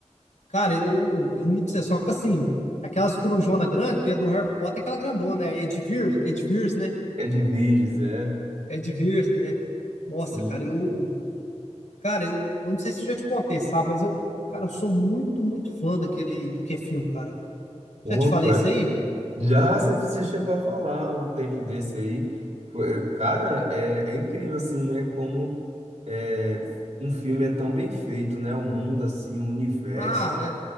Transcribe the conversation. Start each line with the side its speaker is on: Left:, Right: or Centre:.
Left: cara, eu, eu não me dizer, só que assim, aquelas corujona grande, porque é do Harry Potter, é aquela grandona, é Edivir, Edivir, né?
Right: É de vídeos, é?
Left: Edivir, né? Nossa,
Right: Sim.
Left: cara, eu, cara, eu, eu não sei se eu já te contei, sabe, mas eu, cara, eu sou muito, muito fã daquele, daquele filme, cara.
Right: Pô,
Left: Já te falei
Right: cara.
Left: isso aí?
Right: Já você você chegou a falar um tempo desse aí. Foi- Cara, é, é incrível assim, né? Como é, um filme é tão bem feito, né? O mundo, assim, o universo.
Left: Ah, é,